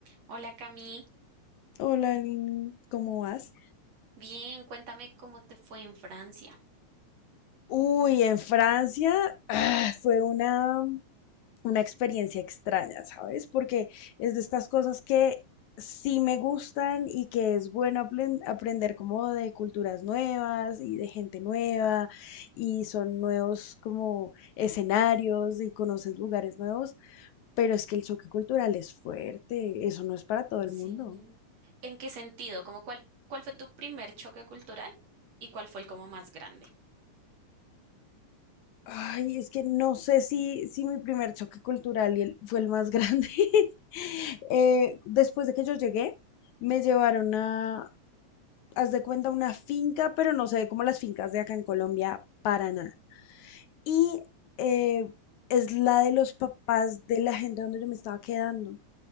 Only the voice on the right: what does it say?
Hola Cami,
bien, cuéntame cómo te fue en Francia.
Sí.
¿En qué sentido? ¿Como cuál, cuál fue tu primer choque cultural y cuál fue el como más grande?